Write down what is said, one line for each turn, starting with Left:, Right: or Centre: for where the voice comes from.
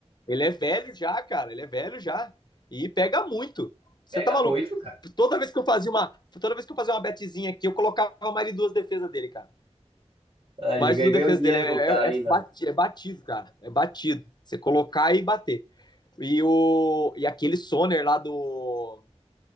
Left: Ele é velho já, cara. Ele é velho já. E pega muito. Você
Right: Pega
Left: tá maluco?
Right: muito, cara.
Left: Toda vez que eu fazia uma. Toda vez que eu fazia uma betezinha aqui, eu colocava mais de duas defesas dele, cara.
Right: Ah, Ele
Left: Mais de duas
Right: ganhou
Left: defesas
Right: dinheiro
Left: dele. É,
Right: com o cara
Left: é,
Right: ainda.
Left: é batido, é batido, cara. É batido. Você colocar e bater. E, o, e aquele Soner lá do,